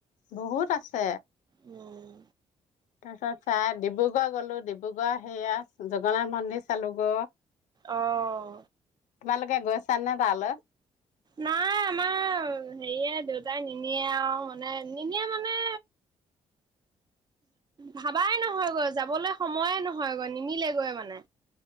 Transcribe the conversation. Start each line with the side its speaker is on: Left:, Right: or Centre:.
Left: বহুত আছে।
Right: উম।
Left: তাৰপিছত চ ডিব্ৰুগড় গ'লো ডিব্ৰুগড় সেয়া জগন্নাথ মন্দিৰ চালো <inaudible>
Right: আহ
Left: তমাল ক ঘ চাননত আল
Right: নাই আমাৰ হেৰিয়ে দেউতাই নিনিয়ে আৰু মানে নিনিয়ে মানে ভাবাই নহয় গৈ যাবলৈ সময়ে নহয়গৈ নিমিলেগৈ মানে